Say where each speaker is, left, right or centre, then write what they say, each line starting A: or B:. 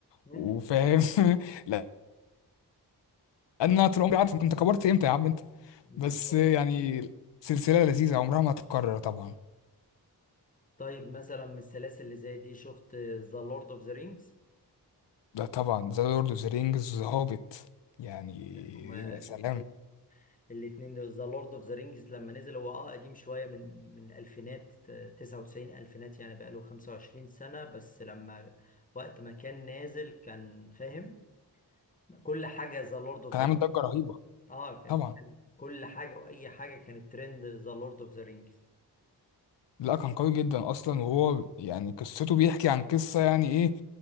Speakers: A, on the left; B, on the left.
A: مم،
B: وفاهم <laughs> لان انا طول عمري عارف كنت كبرت امتى يا عم انت
A: بالظبط
B: بس يعني سلسله لذيذه عمرها ما هتتكرر طبعا
A: طيب مثلا من السلاسل اللي زي دي شفت ذا لورد أوف ذا رينجز
B: ده طبعا ذا لورد اوف ذا رينجز ذا هوبيت يعني
A: هما
B: يا
A: الاتنين
B: سلام
A: الاتنين دول ذا لورد اوف ذا رينجز لما نزل هو اه قديم شوية من من الألفينات آه، تسعة وتسعين ألفينات يعني بقاله خمسة وعشرين سنة بس لما وقت ما كان نازل كان فاهم كل حاجة ذا لورد اوف
B: كان
A: ذا
B: عامل
A: رينجز
B: ضجة رهيبة
A: اه كان
B: طبعا
A: كان كل حاجة وأي حاجة كانت ترند ذا لورد اوف ذا رينجز
B: لا كان قوي جدا اصلا وهو يعني قصته بيحكي عن قصة يعني ايه